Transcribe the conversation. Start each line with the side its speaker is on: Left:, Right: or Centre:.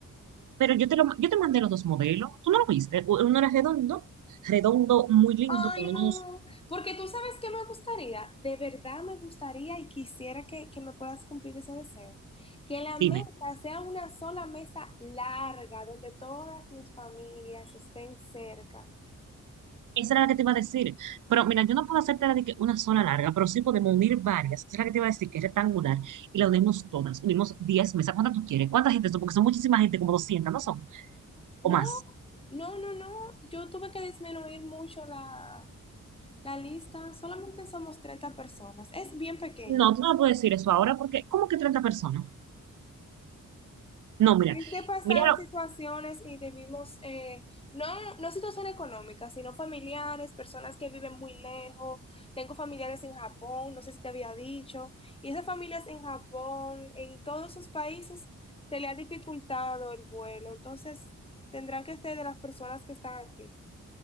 Right: Pero yo te, lo, yo te mandé los dos modelos. ¿Tú no lo viste? Uno era redondo, redondo muy lindo,
Left: Ay,
Right: con unos...
Left: no, porque tú sabes que me gustaría, de verdad me gustaría y quisiera que, que me puedas cumplir ese deseo, que la mesa
Right: Dime.
Left: sea una sola mesa larga donde todas mis familias estén cerca.
Right: Esa era la que te iba a decir. Pero mira, yo no puedo hacerte la de que una sola larga, pero sí podemos unir varias. Esa es la que te iba a decir, que es rectangular. Y la unimos todas. Unimos 10 mesas. ¿Cuántas tú quieres? ¿Cuánta gente son? Porque son muchísima gente, como doscientas ¿no son? O
Left: No,
Right: más.
Left: no, no, no, yo tuve que disminuir mucho la, la lista, solamente somos 30 personas, es bien pequeña.
Right: No, tú no me puedes decir eso ahora porque, ¿cómo que treinta personas? No, mira,
Left: Es que pasaron
Right: míralo.
Left: situaciones y debimos, eh, no, no situaciones económicas, sino familiares, personas que viven muy lejos. Tengo familiares en Japón, no sé si te había dicho, y esas familias en Japón, en todos esos países, se le ha dificultado el vuelo. Entonces, tendrán que ser de las personas que están aquí.